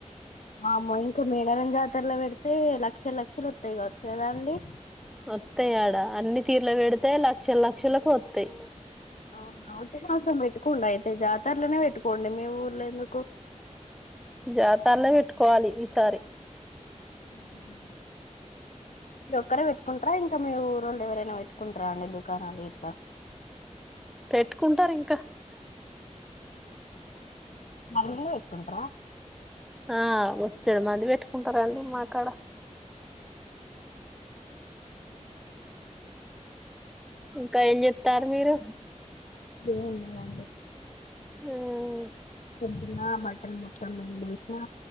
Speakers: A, on the left (about 75°); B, in the centre.
A: మాము ఇంకా మేడారం జాతరలో పెడితే లక్షల లక్షలు వత్తయి కావచ్చు కదా అండి
B: వత్తయి ఆడా అన్ని తీర్లు పెడితే లక్షల లక్షలకు వత్తై
A: అవునా వచ్చే సంవత్సరం పెట్టుకోండి అయితే జాతరలోనే పెట్టుకోండి మీ ఊర్ల ఎందుకు
B: జాతల్లో పెట్టుకోవాలి ఈసారి
A: <inaudible> మీరు ఒక్కరే పెట్టుకుంటరా ఇంకా మీ ఊరోళ్ళు ఎవరైనా వెట్టుకుంటరా అండి దుకాణాలు ఇంకా
B: పెట్టుకుంటారు ఇంక
A: అంరు పెటుకుంటారా
B: ఆ బొచ్చడు మంది పెట్టుకుంటారండి మాకాడ ఇంకా ఏం జెప్తారు మీరు
A: ఏం ఉన్నారా
B: మ్మ్
A: పొద్దున బట్టల్ మొత్తం పిండి ఎస్నా